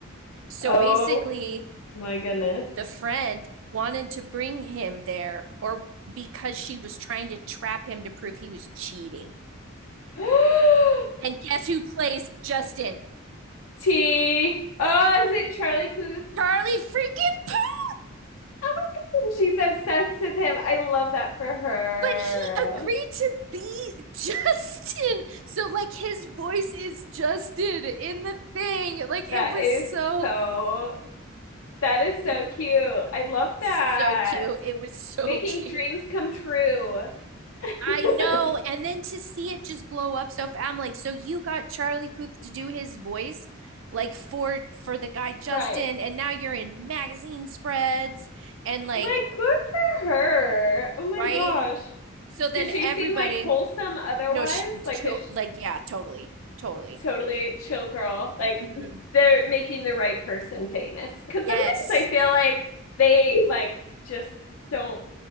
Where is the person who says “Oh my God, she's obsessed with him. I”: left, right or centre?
Left